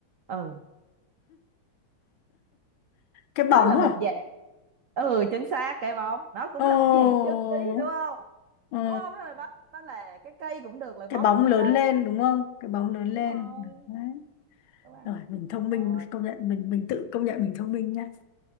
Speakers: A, on the right (about 85°); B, on the left (about 75°).
A: ừ
B: cái bóng
A: nó là một
B: à
A: dạng ừ chính xác cái bóng nó cũng
B: ồ
A: là một <laughs> dạng chân lý đúng không
B: ừ.
A: đúng không đó là đó, đó là cái cây cũng được là bóng
B: cái bóng
A: một cái
B: lớn
A: cây
B: lên đúng không cái bóng lớn lên
A: đúng rồi
B: Đấy.
A: đúng ăn
B: rồi mình thông
A: rồi
B: minh công nhận mình mình tự công nhận mình thông minh nhá